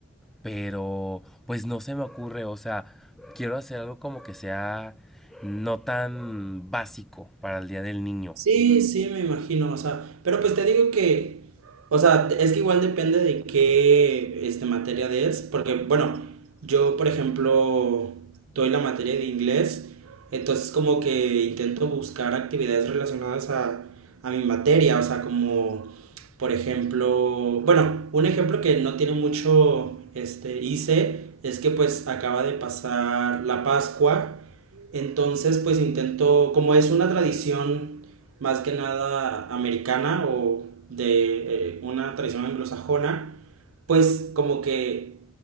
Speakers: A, in the centre; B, on the right.
A: pero pues no se me ocurre, o sea, quiero hacer algo como que sea no tan básico para el Día del Niño.
B: Sí, sí, me imagino, o sea, pero pues te digo que, o sea, es que igual depende de qué este, materia es, porque, bueno, yo, por ejemplo, doy la materia de inglés, entonces como que intento buscar actividades relacionadas a, a mi materia, o sea, como, por ejemplo, bueno, un ejemplo que no tiene mucho, este, hice, es que pues acaba de pasar la Pascua, entonces, pues intento, como es una tradición más que nada americana o de eh, una tradición anglosajona, pues como que